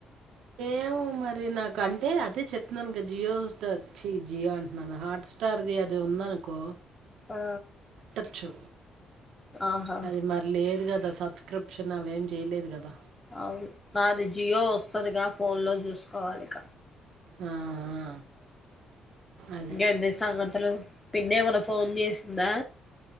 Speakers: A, on the right (about 80°); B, on the left (about 20°).
A: ఏమో మరి నాకు అంటే అదే చెప్తున్నాను కదా జియో హోట్స్టార్ వచ్చి జియో అంటున్నాను హాట్స్టార్ది అది ఉందనుకో
B: ఆ
A: చ్చు
B: ఆహా
A: అది మరి లేదు కదా ద సబ్స్క్రిప్షన్ అవేం చేయలేదు కదా
B: అవును నాది జియో వస్తుందిగా ఫోన్ లో చూసుకోవాలిక
A: ఆ ఆ. అదే
B: ఇంకేంది సంగతులు పిన్ని ఏమన్నా ఫోన్ చేసిందా